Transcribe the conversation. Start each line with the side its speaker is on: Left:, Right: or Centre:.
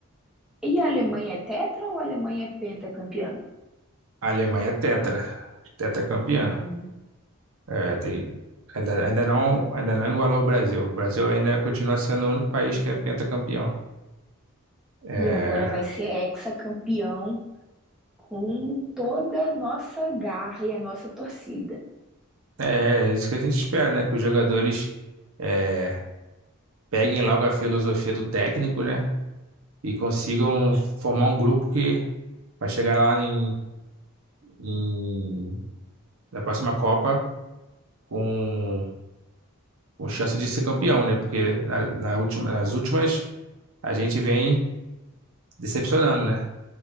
Centre: E a Alemanha é tetra ou a Alemanha é pentacampeã?
Right: A Alemanha é tetra. Tetracampeã.
Centre: Hum.
Right: É, tem- ainda, ainda não, ainda não igualou o Brasil. O Brasil ainda continua sendo o único país que é pentacampeão. É,
Centre: E agora vai ser hexacampeão com toda a nossa garra e a nossa torcida.
Right: É, é isso que a gente espera, né? Que os jogadores é, peguem logo a filosofia do técnico, né? E consigam formar um grupo que vai chegar lá em, em- na próxima Copa com, com chance de ser campeão, né? Porque na, na última, nas últimas a gente vem decepcionando, né?